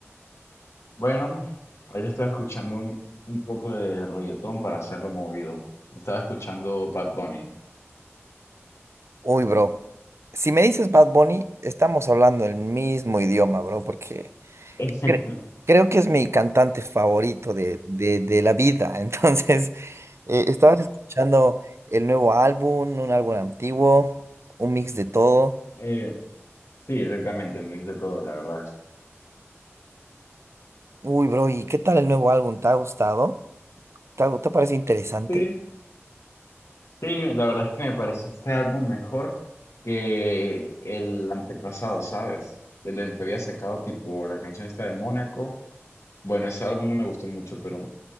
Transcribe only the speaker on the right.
Uy, bro. Si me dices Bad Bunny, estamos hablando el mismo idioma, bro, porque
cre- creo que es mi cantante favorito de, de- de la vida. <laughs> Entonces, eh, estabas escuchando el nuevo álbum, un álbum antiguo, un mix de todo.
Uy, bro, ¿y qué tal el nuevo álbum? ¿Te ha gustado? ¿Te, ha te parece interesante?